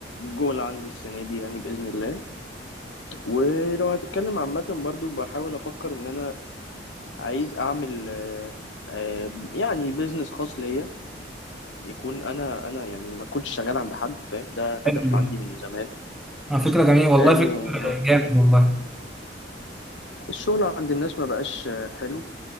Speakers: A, on the left (about 75°); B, in the centre.
A: جول عندي السنة دي يعني بإذن الله ولو هتتكلم عامة برضو بحاول أفكر إن أنا عايز أعمل آه، آه، يعني بيزنس خاص ليا يكون أنا أنا يعني ما كنتش شغال عند حد فاهم ده
B: حلو
A: هدف
B: ده
A: عندي من زمان
B: آه، فكره جميله والله
A: لأن
B: فكره
A: آه،
B: جامد والله
A: الشغل عند الناس ما بقاش آه، حلو